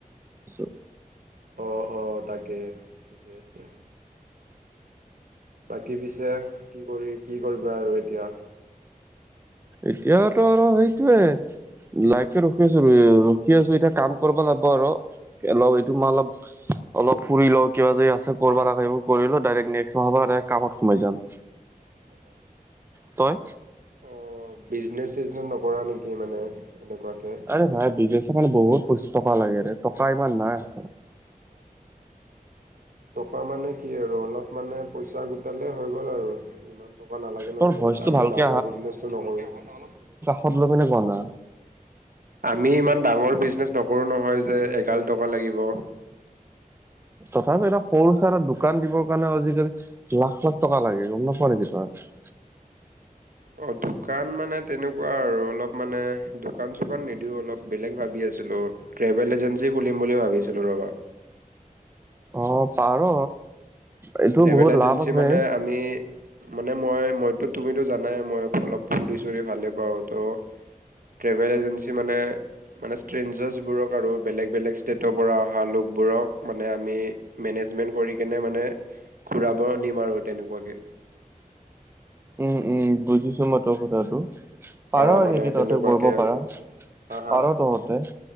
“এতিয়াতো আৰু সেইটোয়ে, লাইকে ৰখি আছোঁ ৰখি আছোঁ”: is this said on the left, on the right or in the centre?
Right